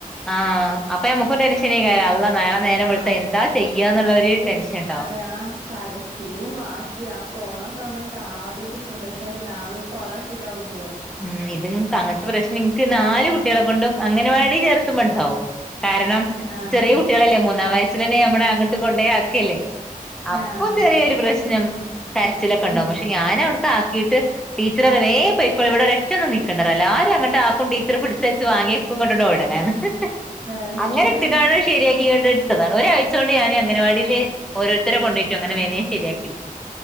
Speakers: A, in the centre; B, on the right (about 65°).
A: ആഹ് അപ്പൊ നമ്മുക്കൊരു ടെൻഷന കാര്യം അല്ല നേര നേരം
B: ആഹ്
A: വെളുത്ത എന്താ ചെയ്യന്നുള്ള
B: കരച്ചില്
A: ഒരു ടെൻഷൻ ഉണ്ടാവും
B: അതെ ആഹ് കരച്ചിലും വാശിയും ആ പോണ സമയത്ത് ആകെ തിക്കുന്തരക്ക ആക്കിട്ട് ആകെ കൊള ആക്കിയിട്ടവും പോവാ
A: ഉം ഇത് അങ്ങനത്തെ പ്രശ്നം ഇനിക്ക് നാല് കുട്ടികളെ കൊണ്ടും അങ്ങനെ വാടി ചേർത്തുമ്പോ ഉണ്ടാവും കാരണം
B: ആഹ്
A: ചെറിയ
B: ആഹ്
A: കുട്ടികളല്ലേ മൂന്നാം വയസ്സൽ തന്നെ നമ്മളങ്ങോട്ട് കൊണ്ട ആക്കല്ലേ അപ്പൊ
B: ആഹ് അതെ
A: ചെറിയൊരു പ്രശ്നം കരച്ചിലൊക്കെ ഉണ്ടാകും
B: എന്നാ
A: പക്ഷെ ഞൻ അവിടക്ക ആക്കിട്ട് ടീച്ചററി വേ പോയിക്കോളി ഇവടെരോറ്റൊന്നും നിക്കണ്ട എല്ലാരും അങ്ങട്ട ടീച്ചർ പിടിച്ചലച്ച് വാങ്ങിക്കുമ്പോടെ ഓടലാണ്
B: അത്
A: അങ്ങനെ
B: ശരിയാ
A: ഇട്ട് കാണൻ ശരിയാക്കിണ്ട് എടുത്തതാണ് ഒരാഴ്ച കൊണ്ട് ഞാാന് അംഗൻവാടിയില് ഓരരുത്തരെ കൊണ്ടയിട്ട് അങ്ങനെ
B: ആ,
A: വേനയും ശരിയാക്കിരിക്കും